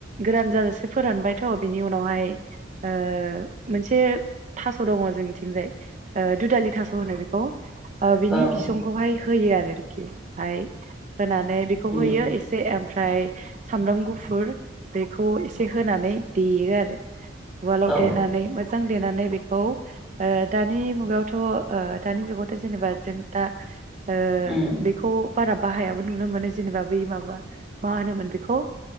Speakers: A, on the right (about 40°); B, in the centre.
A: गोरान जाजासे फोरानबायथ' बिनि उनावहाय ओ मोनसे थास' दङ जोंथिंजाय ओ धुदालि थास' होनो बेखौ ओ बिनि
B: ओं
A: बिसंखौहाय होयो आरोरखि <unintelligible> फाय होनानै बेखौ
B: उम
A: होयो एसे ओमफ्र फ्राय सामब्राम गुफु फुर बेखौ एसे होनानै देयो आरो उवालाव
B: औ
A: देनानै मोजां देनानै बेखौ ओ दानि मुगायावथ' ओ दानि जुगावथ' जेनेबा जों दा ओ
B: उम
A: बेखौ बारा बाहायाबो नुनो मोनो जेनेबा बै माबा मा होनोमोन बेखौ